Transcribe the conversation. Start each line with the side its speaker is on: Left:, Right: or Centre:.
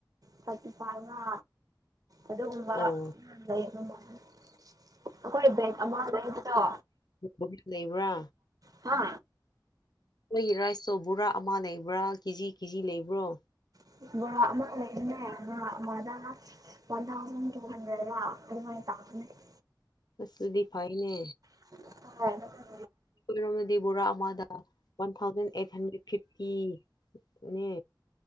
Right: ꯐꯣꯔꯇꯤ ꯐꯥꯏꯕ ꯂꯥ ꯑꯗꯨꯒꯨꯝꯕ
Left: ꯑꯣ
Right: ꯂꯩ ꯃꯃꯥꯏꯅ ꯑꯩꯈꯣꯏ ꯕꯦꯛ ꯑꯃ ꯂꯩꯕꯗꯣ
Left: ꯑꯗꯨ ꯂꯩꯕ꯭ꯔꯥ
Right: ꯍꯥ
Left: ꯑꯩꯈꯣꯏꯒꯤ ꯔꯥꯏꯁꯇꯣ ꯕꯣꯔꯥ ꯑꯃ ꯂꯩꯕ꯭ꯔꯥ ꯀꯦꯖꯤ ꯀꯦꯖꯤ ꯂꯩꯕ꯭ꯔꯣ
Right: <inaudible> <inaudible>
Left: ꯁꯗꯤ ꯐꯅꯦ
Right: <inaudible>
Left: ꯀꯔꯝꯃꯗꯤ ꯕꯣꯔꯥ ꯑꯃꯗ ꯋꯥꯟ ꯊꯥꯎꯖꯟ ꯑꯩꯠ ꯍꯟꯗ꯭ꯔꯦꯠ ꯐꯤꯐꯇꯤꯅꯦ